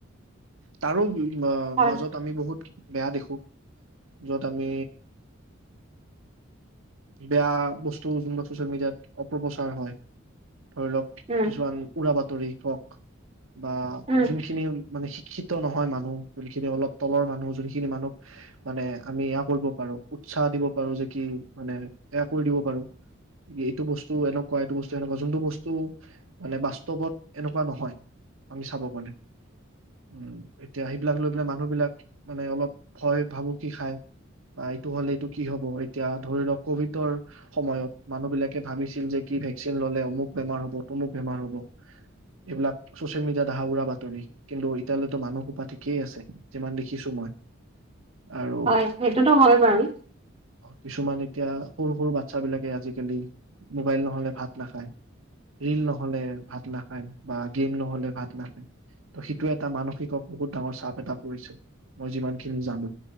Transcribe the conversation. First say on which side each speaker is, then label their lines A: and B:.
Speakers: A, on the right (about 75°); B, on the right (about 30°).
A: তাৰো বা
B: হয়
A: মাজত বেয়া দেখো যত আমি বেয়া বস্তু যোনবো চচিয়েল মিডিয়াত অপপ্ৰচাৰ হয়, ধৰি লওক
B: উম
A: কিছুমান উৰা বাত তাৰিখত <unintelligible> বা
B: উম
A: যোনখিনি মানে ক্ষিত নহয় মানুহ যোনখিনি অলপ তলৰ মানুহ যোনখিনি মানুহক, মানে আমি এয়া কৰিব বাৰু উৎসাহ দিব পাৰো যে কি মানে এয়া কৰি দিব পাৰো এইটো বস্তু এনেকুৱা এইটো বস্তু এনেকুৱা যোনটো বস্তু মানে বাস্তৱত এনেকুৱা নহয় আমি চাব গ'লে, উম এতিয়া সেইবিলাক লৈ পেলাই মানুহবিলাক মানে অলপ ভয় ভাবুকি খাই বা এইটো হলে এইটো কি হব এতিয়া ধৰি লওক কভিডৰ সময়ত মানুহ বিলাকে ভাবিছিল যে কি ভেকচিন ললে অমুক বেমাৰ হব তমুক বেমাৰ হব এইবিলাক চচিয়েল মিডিয়াত আহা উৰা বাতৰি কিন্তু ইতিয়ালৈতো মানুহ সোপা ঠিকেই আছে৷ যিমান দেখিছো মই আৰু
B: হয়, এইটোটো হয় বাৰু!
A: কিছুমান এতিয়া সৰু সৰু বাচ্ছাবিলাকে আজিকালি, মোবাইল নহ'লে ভাত নাখায়, ৰীল নহ'লে ভাত নাখায় বা গেম নহ'লে ভাত নাখায়। ত' সেইটোৱে এটা মানসিকক বহুত ডাঙৰ চাপ এটা কৰিছে, মই যিমান খিনি জানো